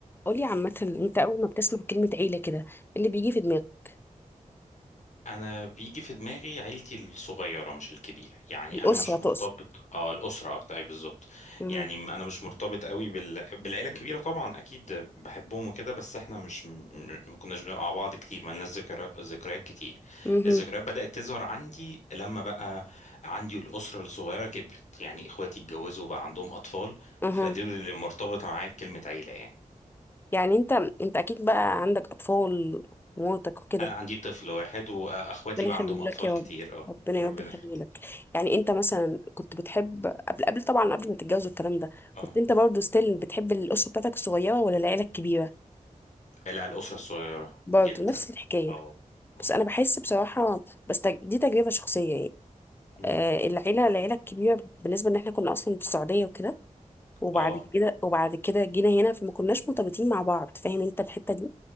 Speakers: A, on the left; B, on the left.
A: قولي عامة انت اول ما بتسمع كلمة عيلة كده ايه اللي بيجي في دماغك
B: انا بيجي في دماغي عيلتي الصغيره مش الكبيره يعني
A: الأسرة
B: انا مش
A: تقصد
B: مرتبط اه الاسره اكتر أي بالظبط
A: مهم.
B: يعني م- انا مش مرتبط قوي بال... بالعيله الكبيره طبعا اكيد بحبهم وكده بس احنا مش م- م- ما كناش بنبقى مع بعض كتير ما لناش ذكرى... ذكريات كتير
A: مهم.
B: الذكريات بدات تظهر عندي لما بقى عندي الاسره الصغيره كبرت يعني اخواتي اتجوزوا وبقى عندهم اطفال
A: اها
B: فدول اللي مرتبطه معايا بكلمه عيله يعني
A: يعني انت انت اكيد بقى عندك اطفال ومراتك وكده
B: انا عندي طفل واحد واخواتي
A: ربنا
B: بقى
A: يخليه
B: عندهم اطفال
A: لك يا
B: كتير
A: رب
B: اه
A: ربنا يا
B: ربنا
A: رب يخليه
B: يخليك.
A: لك يعني انت مثلا كنت بتحب قبل قبل طبعا قبل ما تتجوز الكلام ده كنت
B: اه
A: انت برضو ستيل بتحب الأسرة بتاعتك الصغيرة ولا العيلة الكبيرة
B: لا الأسرة الصغيرة
A: برضو
B: جدا
A: نفس الحكاية
B: اه اه
A: بس انا بحس بصراحة بس تج- دي تجربة شخصية يعني
B: مم.
A: آه العيلة العيلة الكبيرة بالنسبة ان احنا كنا اصلا في السعودية وكده وبعد
B: اه
A: كده وبعد كده جينا هنا فما كناش مرتبطين مع بعض فاهم انت الحتة دي